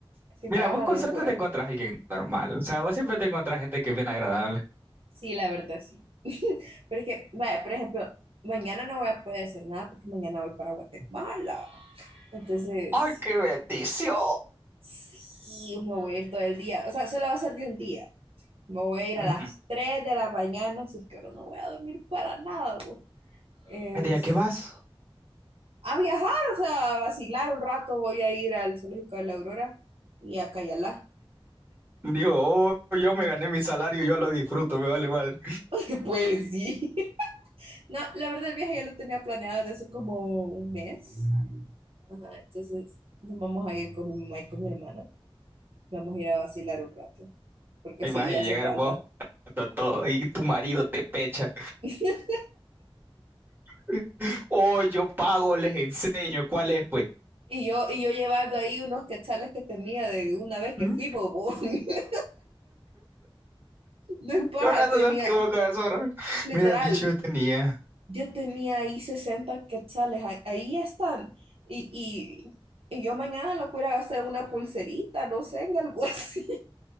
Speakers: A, on the right; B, on the right.
A: Sí,
B: Mira,
A: me agarra
B: vos con
A: la
B: suerte
A: locura.
B: te encontrás a alguien normal, o sea, vos siempre te encontrás gente que es bien agradable.
A: Sí, la verdad, sí. Pero es que, vaya, por ejemplo, mañana no voy a poder hacer nada porque mañana voy para Guatemala. Entonces,
B: ¡Ay, qué bendición!
A: sí, me voy a ir todo el día. O sea, solo va a ser de un día. Me voy a ir
B: Ujú.
A: a las 3 de la mañana, así es que ahora no voy a dormir para nada. bo. Es
B: Fíjate, ¿a qué vas?
A: a viajar, o sea, a vacilar un rato, voy a ir al Zoológico de la Aurora y a Cayalá.
B: Dijo, oh, yo me gané mi salario, yo lo disfruto, me vale madre.
A: <laughs> Pues sí. No, la verdad el viaje ya lo tenía planeado desde hace como un mes. Ajá, entonces nos vamos a ir con mi mamá y con mi hermana. Vamos a ir a vacilar un rato, porque
B: Ahí
A: sí
B: vas a llegar
A: hace falta.
B: vos dando todo y tu marido te pecha.
A: <laughs>
B: <laughs> Oh, yo pago, les enseño. ¿Cuál es, pues?
A: Y yo, y yo llevando ahí unos quetzales que tenía de una vez que
B: ¿Mm?
A: fui bobo. <laughs> No es paja,
B: Yo rato
A: <laughs> tenía,
B: lo que voy corazón.
A: literal,
B: Mira, dicho yo tenía.
A: yo tenía ahí 60 quetzales, ahí, ahí están. Y, y, y yo mañana lo pudiera gastar en una pulserita, no sé, en algo <laughs> así.